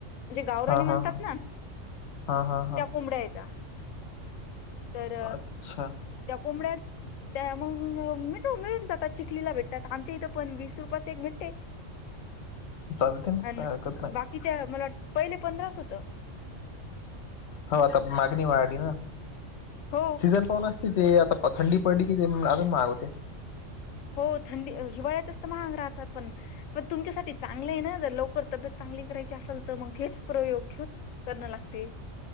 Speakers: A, on the left; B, on the left.
A: म्हणजे गावराणी
B: हा
A: म्हणतात
B: हा हा
A: ना,
B: हा हा हा
A: त्या कोंबड्या हायेता. तर
B: अच्छा
A: त्या कोंबड्यात त्या मंग मी जातात चिलीला भेटतं आमच्या इथ पण वीस रुपयाच एक भेटते.
B: चालते ना
A: अन
B: काय हरकत नाही
A: बाकीच्या मला वाटत पहिले पंधरास होत.
B: हो आता मागणी वाढली ना,
A: हो
B: सीझन पाहून असतं ते आता थंडी पडली कि ते अजून महाग होतंय.
A: हो थंडी, हिवाळ्यातच तर महाग राहतात पण पण तुमच्यासाठी चांगलं आहे ना जर लवकर तब्येत चांगली करायची असल तर मग ह्योच प्रयोग ह्योच करणं लागते.